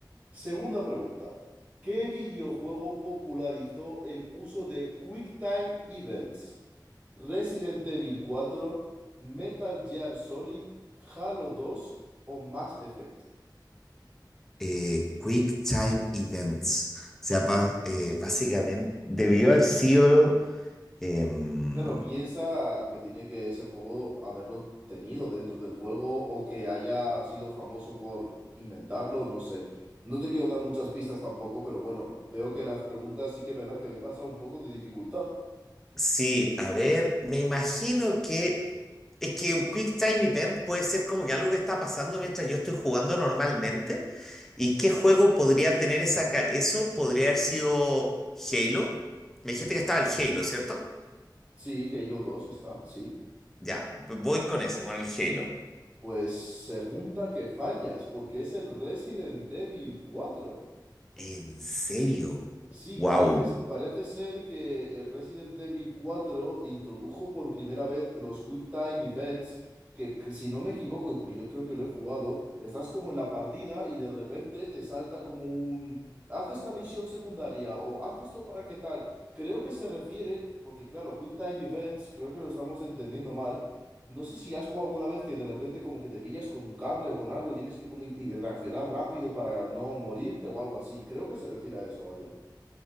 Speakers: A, on the right; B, in the centre.
A: Segunda pregunta. ¿Qué videojuego popularizó el uso de QuickTime Events? ¿Resident Evil cuatro, Metal Gear Solid, Halo dos o Mass Effect?
B: Eh, Quick Time Events. O sea, ba- eh, básicamente debió haber sido... em,
A: Claro, piensa que tiene que ese juego haberlo tenido dentro del juego o que haya sido famoso por inventarlo, no sé. No te quiero dar muchas pistas tampoco, pero bueno, veo que las preguntas sí que es verdad que me pasa un poco de dificultad.
B: Sí, a ver, me imagino que es que un Quick Time Event puede ser como que algo que está pasando mientras yo estoy jugando normalmente. ¿Y qué juego podría tener esa, ca- eso? Podría haber sido Halo. Me dijiste que estaba el Halo, ¿cierto?
A: Sí, Halo dos está, sí.
B: Ya, voy con ese, con el Halo.
A: Pues segunda que fallas, porque es el Resident Evil cuatro.
B: ¿En serio?
A: Sí,
B: Wow.
A: parece, s- parece ser que el Resident Evil cuatro introdujo por primera vez los Quick Time Events, que, que si no me equivoco, y porque yo creo que lo he jugado, estás como en la partida y de repente te salta como un... Haz esta misión secundaria o haz esto para qué tal. Creo que se refiere, porque claro, Quick Time Events, creo que lo estamos entendiendo mal. No sé si has jugado alguna vez que de repente como que te pillas con un cable o con algo y tienes que como in- y reaccionar rápido para no morirte o algo así. Creo que se refiere a eso, vaya.